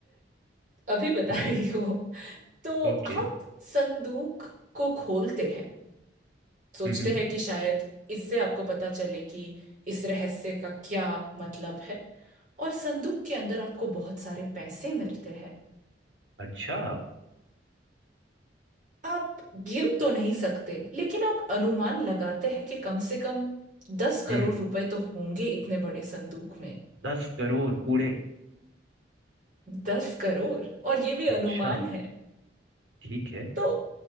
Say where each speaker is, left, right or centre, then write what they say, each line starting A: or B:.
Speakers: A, on the right; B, on the right.
A: अभी बता
B: <laughs>
A: रही हो तो
B: ओके
A: आप संदूक को खोलते हैं सोचते
B: हम्म
A: हैं कि शायद इससे आपको पता चले कि इस रहस्य का क्या मतलब है और संदूक के अंदर आपको बहुत सारे पैसे मिलते हैं
B: अच्छा
A: आप गिन तो नहीं सकते लेकिन आप अनुमान लगाते हैं कि कम से कम दस
B: हम्म
A: करोड़ रुपए तो होंगे इतने बड़े संदूक में
B: दस करोड़ पूरे
A: दस करोड़ और ये भी अनुमान
B: अच्छा
A: है
B: ठीक है
A: तो